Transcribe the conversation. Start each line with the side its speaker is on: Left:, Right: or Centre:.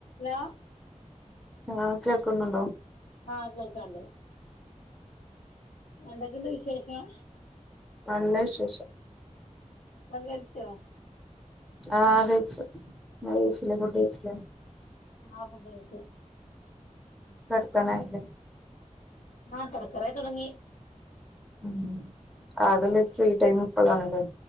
Left: ആ
Centre: ആ കേൾക്കുന്നുണ്ടോ
Left: ആ കേൾക്കുന്നുണ്ട് എന്തൊക്കെയണ്ട് വിശേഷം
Centre: നല്ല വിശേഷം
Left: സംഭം കഴിച്ചോ <unintelligible>
Centre: ആ കഴിച്ചു നിങ്ങൾ കഴിച്ചില്ലേ ഫുഡ് കഴിച്ചില്ലേ
Left: ആ ഫുഡ് കഴിച്ച
Centre: കടത്തനയിലെ
Left: ആ തുടക്കറ തുടങ്ങി
Centre: ഉം ആതലെ ഫ്രീ ടൈം ഇപ്പളണല്ലേ